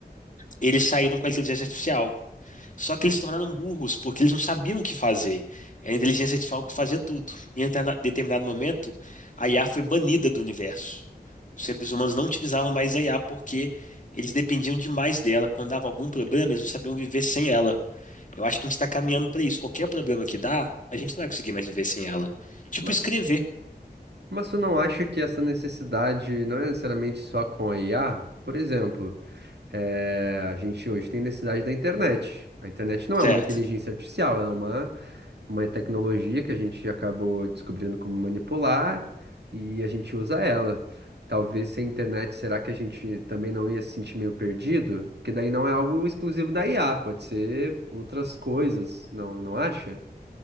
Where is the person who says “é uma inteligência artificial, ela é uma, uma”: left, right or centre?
Right